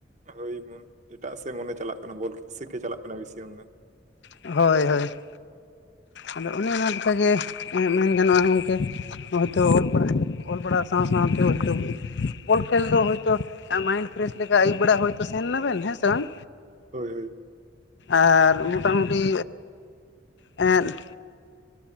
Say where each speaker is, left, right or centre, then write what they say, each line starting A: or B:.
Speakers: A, on the right; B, on the left.
A: ᱦᱳᱭ ᱦᱳᱭ ᱮᱴᱟᱜ ᱥᱮᱫ ᱢᱚᱱᱮ ᱪᱟᱞᱟᱜ ᱠᱟᱱᱟ ᱵᱚᱞ ᱠᱷᱮᱞ ᱥᱮᱫ ᱜᱮ ᱪᱟᱞᱟᱜ ᱠᱟᱱᱟ ᱵᱮᱥᱤ ᱩᱱᱫᱚ ᱾
B: ᱦᱳᱭ, ᱦᱳᱭ ᱾ ᱟᱫᱚ ᱚᱱᱮ ᱚᱱᱟ ᱞᱮᱠᱟ ᱜᱮ ᱮᱸᱫ ᱢᱮᱱ ᱜᱟᱱᱚᱜᱼᱟ ᱜᱚᱝᱠᱮ ᱦᱚᱭᱛᱚ ᱚᱞ ᱯᱟᱲᱦᱟ ᱚᱞ ᱯᱟᱲᱦᱟᱜ ᱥᱟᱶ ᱥᱟᱶᱛᱮ ᱦᱚᱭᱛᱚ ᱵᱚᱞ ᱠᱷᱮᱞ ᱫᱚ ᱦᱚᱭᱛᱚ ᱢᱟᱭᱤᱱᱰ ᱯᱷᱨᱮᱥ ᱞᱮᱠᱟ ᱟᱹᱭᱩᱵ ᱵᱮᱲᱟ ᱦᱚᱭᱛᱚ ᱥᱮᱱ ᱱᱟᱵᱮᱱ ᱦᱮᱸᱥᱮ ᱵᱟᱝ!
A: ᱦᱳᱭ, ᱦᱳᱭ᱾
B: ᱟᱨᱻ ᱢᱚᱴᱟᱢᱩᱴᱤ ᱮᱸᱫ